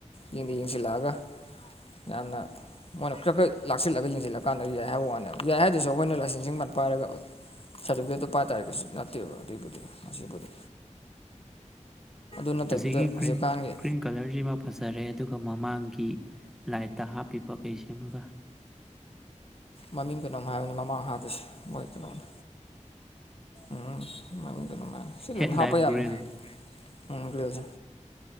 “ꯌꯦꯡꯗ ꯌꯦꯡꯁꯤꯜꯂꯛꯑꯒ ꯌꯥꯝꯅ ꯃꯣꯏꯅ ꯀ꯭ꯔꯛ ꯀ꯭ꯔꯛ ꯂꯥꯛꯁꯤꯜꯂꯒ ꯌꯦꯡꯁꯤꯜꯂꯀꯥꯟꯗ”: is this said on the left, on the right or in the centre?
Left